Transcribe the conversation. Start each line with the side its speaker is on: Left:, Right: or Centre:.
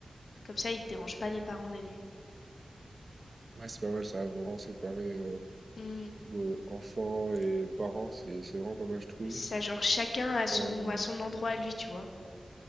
Left: comme ça ils te dérangent pas les parents la nuit.
Right: Ouais, c'est pas mal, ça a vraiment séparé euh,
Left: Hmm,
Right: beau- enfants et parents. C'est c'est vraiment pas mal, je trouve.
Left: c'est ça, genre chacun à son,
Right: Euh,
Left: à son endroit à lui, tu vois.